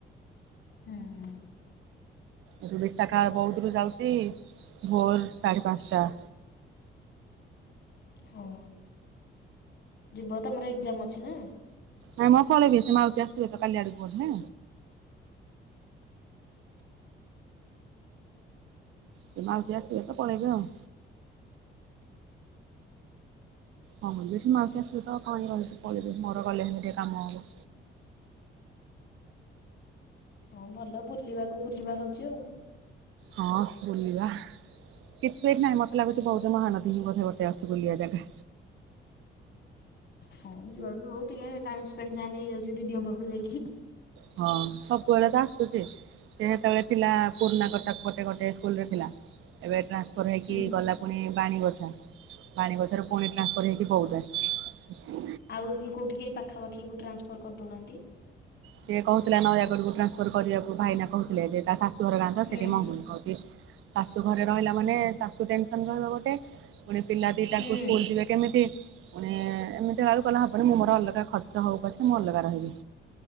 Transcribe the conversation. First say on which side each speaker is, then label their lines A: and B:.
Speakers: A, on the left (about 60°); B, on the right (about 85°).
A: ହୁଁ।
B: ଏଠୁ ବିଶାଖା ବୌଦରୁ ଯାଉଛି ଭୋର ସାଢ଼େ ପାଞ୍ଚଟା।
A: ହଁ ଯିବ ତମର ଏକ୍ଜାମ ଅଛି ନା?
B: ନାଇ ମୁଁ ପଳେଇବି ସେ ମାଉସୀ ଆସିବେ ତ କାଲି ଆଡକୁ ବଧେ। ସେ ମାଉସୀ ଆସିବେ ତ ପଳେଇବି ଆଉ। ହଁ ମୁଁ କହିଲି ଏଠି ମାଉସୀ ଆସିବେ ତ କାହିଁ ରହିବି ପଳେଇବି ମୋର ଗଲେ ହେଲେ ଟିକେ କାମ ହବ।
A: ହଁ ଭଲ ବୁଲିବାକୁ ବୁଲିବା ହଉଛି ଆଉ।
B: ହଁ ବୁଲିବା। କିଛି ବିଏଠି ନାଇଁ ମୋତେ ଲାଗୁଛି ବହୁତ ମହାନଦୀ ହିଁ ବୋଧେ ଗୋଟେ ଅଛି ବୁଲିବା ଜାଗା।
A: ହଉ ଯୁଆଡ଼ୁ ହଉ। ଟିକେ ଟାଇମ ସ୍ପେଣ୍ଡ ଯାହେଲେ ହେଇଯାଉଛି ଦିଦିଙ୍କ ପାଖକୁ ଯାଇକି।
B: ହଁ ସବୁବେଳେ ତ ଆସୁଛି। ସେ ସେତେବେଳେ ଥିଲା ପୁରୁଣା କଟକ ପଟେ ଗୋଟେ ସ୍କୁଲରେ ଥିଲା ଏବେ ଟ୍ରାନ୍ ଫର ହେଇକି
A: ହୁଁ
B: ଗଲା ପୁଣି ବାଣୀଗୋଛା ବାଣୀଗୋଛାରୁ ପୁଣି ଟ୍ରାନ୍ସଫର୍ ହେଇକି ବୌଦ ଆସିଛି।
A: ଆଉ କୋଉଠି କି ଏଇ ପାଖାପାଖିକୁ ଟ୍ରାନ୍ସଫର୍ କରିଦଉନାହାଁନ୍ତି।
B: ସେ କହୁଥିଲା ନୟାଗଡ଼କୁ ଟ୍ରାନ୍ସଫର କରିବାକୁ ଭାଇନା କହୁଥିଲେ ଯେ ତା ଶା ଶାଶୂଘର ଗାଁ ତ
A: ହୁଁ
B: ସେଇଠି ମଙ୍ଗୁନି କହୁଛି ଶାଶୁ ଘରେ ରହିଲା ମାନେ ଶାଶୁ ଟେନସନ୍ ରହିବ ଗୋଟେ। ପୁଣି ପିଲା ଦିଟାକୁ
A: ହୁଁ
B: ସ୍କୁଲ ଯିବେ କେମିତି? ପୁଣି ଏମିତିକା ହେଲେ କହିଲା ହବନି ମୁଁ ମୋର ଅଲଗା ଖର୍ଚ୍ଚ ହଉ ପଛେ ମୁଁ ଅଲଗା ରହିବି।